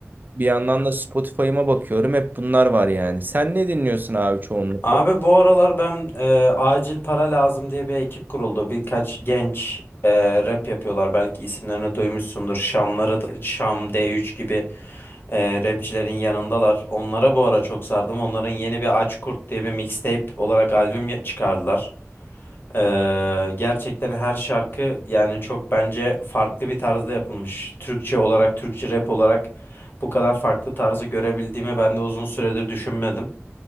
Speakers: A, on the right (about 40°); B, on the left (about 45°).
A: Bir yandan da Spotify'ıma bakıyorum. Hep bunlar var yani. Sen ne dinliyorsun abi çoğunlukla?
B: Abi bu aralar ben e, acil para lazım diye bir ekip kuruldu. Birkaç genç e, rap yapıyorlar. Belki isimlerini duymuşsundur. Şamları, da- Şam D3 gibi e, rapçilerin yanındalar. Onlara bu ara çok sardım. Onların yeni bir Aç Kurt diye bir mixtape olarak albüm ya- çıkardılar. E, gerçekten her şarkı yani çok bence farklı bir tarzda yapılmış. Türkçe olarak, Türkçe rap olarak bu kadar farklı tarzı görebildiğimi ben de uzun süredir düşünmedim.